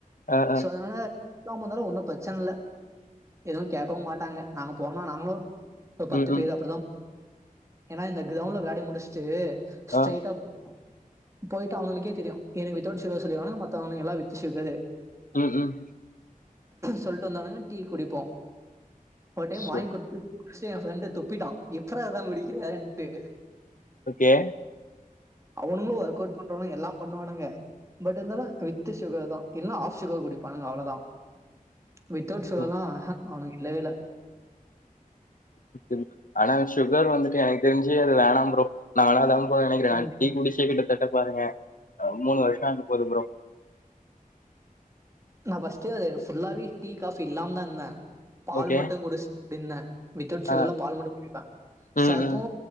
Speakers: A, on the left; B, on the right.
A: ஆ, ஆ.
B: சோ அதுனால சொல்லாம வந்தாலு ஒன்னு பிரச்சன இல்ல எதுவு கேட்கவு மாட்டாங்க நாங்க போனா நாங்களு ஒரு பத்து
A: ம், ம்.
B: பேர் அப்படிதா ஏன்னா இந்த கிரௌண்ட்ல விளாடி முடிச்சிட்டு ஸ்ட்ரெய்ட்டா
A: ஆ.
B: போயிடுவோ போயிட்டு அவனுகளுக்கே தெரியு எனக்கு வித்தவுட் சுகர் சொல்லிர்வானுங்க மத்தவனுங்க எல்லா வித்து சுகரு
A: ம் ம்
B: சொல்லிட்டு வந்தானுங்க டீ குடிப்போ ஒரு டைம்
A: சோ
B: வாங்கி குடுத்து சிட்டு எ ஃப்ரெண்டு துப்பிட்டா எப்புரா இதெலா குடிக்கிறன்ட்டு
A: ஓகே.
B: அவனுங்களு ஒர்க் அவுட் பண்றவனுங்களு எல்லா பண்ணுவானுங்க பட் இருந்தாலு வித்து சுகர்தா இல்லனா ஆஃப் சுகர் குடிப்பானுங்க அவ்வளோதா வித்தவுட் சுகர்லா
A: ம்.
B: ஆ ஆ அவனுங்க இல்லவே இல்ல
A: <unintelligible> ஆனா சுகர் வந்துட்டு எனக்கு தெரிஞ்சு அது வேணாம் ப்ரோ நானு அதாம் ப்ரோ மா நெனைக்குறே
B: கண்
A: டீ குடிச்சே கிட்டதட்ட டா பாருங்க ஆ மூணு வருஷோ ஆக போது ப்ரோ
B: நா பஸ்டே அது ஃபுல்லாவே டீ காபி இல்லாம தா இருந்த பால்
A: ஓகே.
B: மட்டு குடிச் அப்பன்னே விதௌட் சுகர்ல
A: ஆ.
B: பால் மட்டு குடிப்ப
A: ம்,
B: சப்போ
A: ம்.